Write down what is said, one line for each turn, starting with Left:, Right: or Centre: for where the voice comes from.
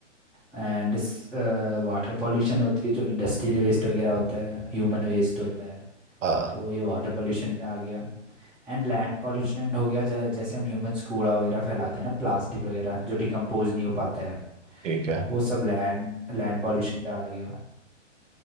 Centre: एंड वाटर पोल्यूशन होती है जो इंडस्ट्रियल वेस्ट वगैरह होता है ह्यूमन वेस्ट होता है
Right: हाँ
Centre: तो ये वाटर पोल्यूशन पे आ गया एंड लैंड पॉल्यूशन हो गया जै- जैसे हम ह्यूमंस कूड़ा वगैरह फैलाते हैं ना प्लास्टिक वगैरह जो डिकम्पोज नहीं हो पाता है
Right: ठीक है
Centre: वो सब लैंड लैंड पॉल्यूशन पे आ गया